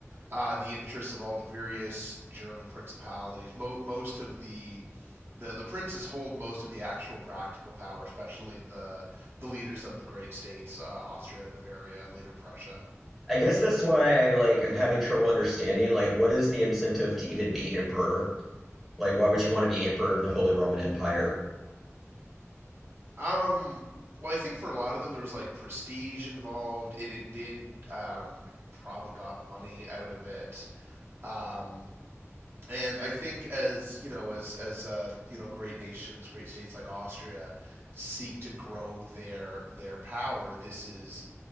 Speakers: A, on the right (about 50°); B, in the centre.
A: uh, the interests of all the various German principalities. Mo- most of the the the princes hold most of the actual practical power, especially the the leaders of the great states, uh, Austria, Bavaria, later Prussia.
B: I guess that's why I like am having trouble understanding like what is the incentive to even be emperor? Like why would you want to be emperor of the Holy Roman Empire?
A: Um, well, I think for a lot of them there was like prestige involved, and it did. Um, I probably got money out of it. Um, and I think as you know, as as uh, you know, great nations, great states like Austria seek to grow their their power, this is